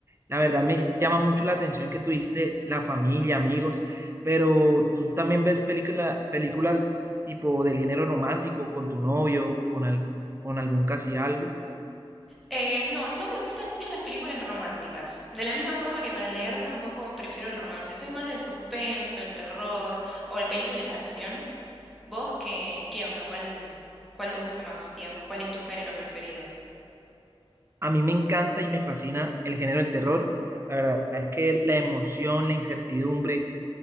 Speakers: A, on the right (about 25°); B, in the centre.
A: La verdad me llama mucho la atención que tú dices la familia, amigos, pero tú también ves película- películas tipo del género romántico con tu novio, con, al- con algún casi algo.
B: Eh, no, no me gustan mucho las películas románticas. De la misma forma que para leer tampoco prefiero el romance. Soy más del suspenso, el terror o de películas de acción. ¿Vos qué, qué onda? ¿Cuál, cuál te gusta más, digamos? ¿Cuál es tu género preferido?
A: A mí me encanta y me fascina el género del terror. La verdad es que la emoción, la incertidumbre,